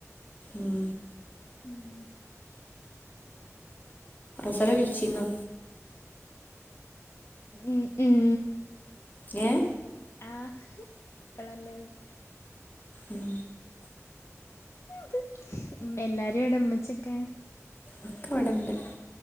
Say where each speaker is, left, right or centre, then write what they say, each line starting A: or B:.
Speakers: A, on the left (about 35°); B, on the left (about 55°).
A: ഉം
B: <inaudible>
A: സര വിളിച്ചിന്നോ
B: ഉ ഉം
A: എഏ
B: ആഹ് ഇപ്പഴല്ല
A: ഉം
B: പറ എല്ല ഒരെടമ്മിച്ചൊക്കെ
A: ഒക്കെ അവിടെണ്ട്